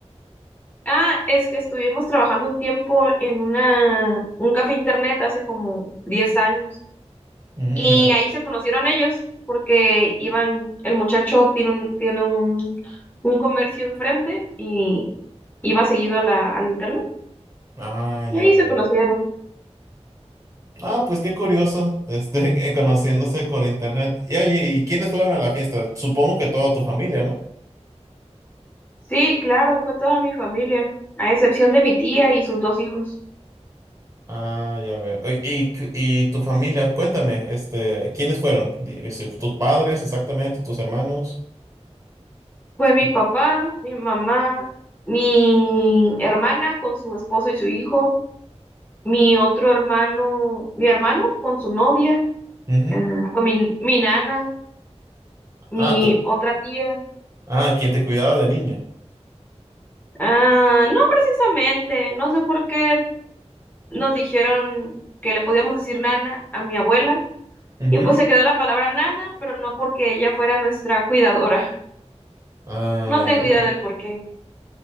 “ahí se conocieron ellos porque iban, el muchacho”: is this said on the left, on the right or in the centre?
Left